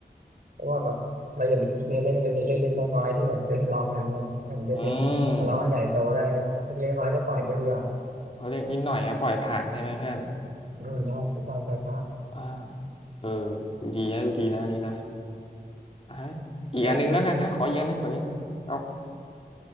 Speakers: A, on the right; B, on the left.
A: เพราะว่าแบบเราอย่าไปคิดในเรื่องเล็กๆเล็กๆน้อยๆที่แบบเคยทะเลาะกันเนี่ยมันจะเป็นทะเลาะกันใหญ่โตได้เล็กๆน้อยๆก็ปล่อยไปดีกว่า
B: อืมเขาเรียกนิดหน่อยอะปล่อยผ่านใช่ไหมเพื่อน
A: อืมใช่เราไปผ่าน
B: อ่าเออดูดีนะดูดีนะอันนี่นะอ่ะอีกอันหนึงแล้วกันนะขออีกอันหนึงขออีกอันหนึงเอา
A: ใช่